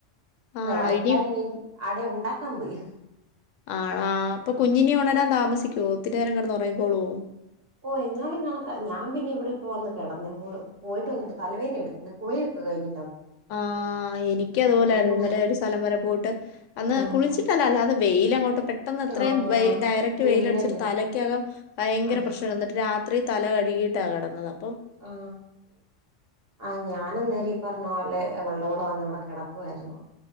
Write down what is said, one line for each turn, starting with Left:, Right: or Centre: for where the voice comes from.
Left: ആണോ
Right: അല്ല വഴട്ടാൻ
Left: ഇനി
Right: നിനീ അടെ ഉണ്ടാക്കാൻ പോയി
Left: ആണോ അപ്പൊ
Right: ഉം.
Left: കുഞ്ഞിനി ഉണരാന്ത താമസിക്കോ ഒത്തിരി നേരം കിടന്ന്റങ്ങിക്കോകൊളുവോ
Right: ഓ എന്നാലും കണക്ക ഞാൻ പിന്നെ ഇവിടെ ഇപ്പ വന്ന് കിടന്ന പോയിട്ട ഒന്നി തലവേദന എടുക്കുന്ന് കുളിയൊക്കെ കഴിഞ്ഞ
Left: ആ എനിക്ക് അതുപോലൊയിരുന്നു
Right: കൂടെ
Left: ഇന്നലെ ഒരു സ്ഥലം വരെ പോയിട്ട് അന്ന്
Right: ഓഹ്
Left: കുളിച്ചിട്ടല്ല അല്ല അത് വെയി ലങ്ങോട്ട് പെട്ടെന്ന് അത്രയും
Right: ആഹ്
Left: വെയ് ഡയറക്ട്
Right: വെയിലല്ലേ
Left: വെയിലടിച്ചിട്ട് തലക്കകം ഭയങ്കര
Right: ആഹ്
Left: പ്രശ്നായിരുന്നു എന്നിട്ട് രാ ത്രീ തല കഴുകിയിട്ട കിടന്നതപ്
Right: ആ ആ ഞാനന്നേരം ഈ പറഞ്ഞ പോലെ അവളുടെ കൂടെ വന്നിവിട കിടക്കുവായിരുന്നു